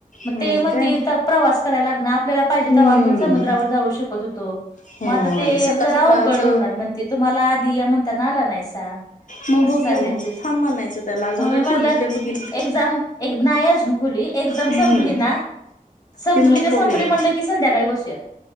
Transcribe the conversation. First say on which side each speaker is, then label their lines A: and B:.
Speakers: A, on the left; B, on the left.
A: मग
B: होय
A: ते म्हणते
B: काय
A: आता प्रवास करायला लागणार, आपल्याला पाहिजे
B: हम्म
A: तेव्हा आपण समुद्रावर जाऊ शक त होतो,,
B: होय
A: मग आता ते
B: सकाळ
A: जरा
B: सकाळच
A: आवघड होणार म्हणते, तुमाला आधी या म्हणताना आला नाहीसा.
B: मग
A: असं
B: बघुया
A: चाललेल
B: मग,
A: तेच
B: थांब म्हणायचं तेला अजून
A: मग
B: काय
A: मी म्हटलं
B: खोली काय बघितली
A: एक्झाम एक नाही अजून खुली, एक्झाम
B: हम्म
A: संपली ना संपली
B: कि मग
A: ते
B: बघूया
A: संपली म्हटलं की संध्याकाळी बसूया.